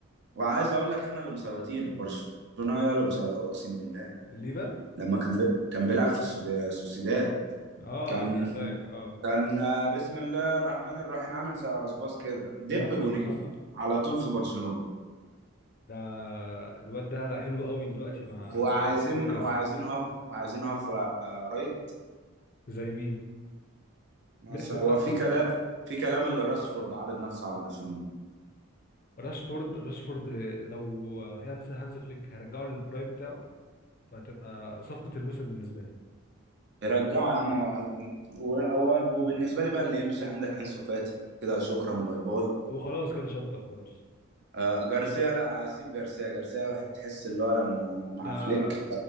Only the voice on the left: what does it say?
ليفا
اه
ايساك اه
اه
<laughs>
ده الواد ده حلو قوي دلوقتي مع
نيوكاسل
زي مين
ليفت بقى
صح
راشفورد راشفورد لو هانز هانز فليك هيرجعه للبرايم بتاعه فهتبقى صفقة الموسم بالنسبة لي
هو خلاص كده شطب خلاص
ده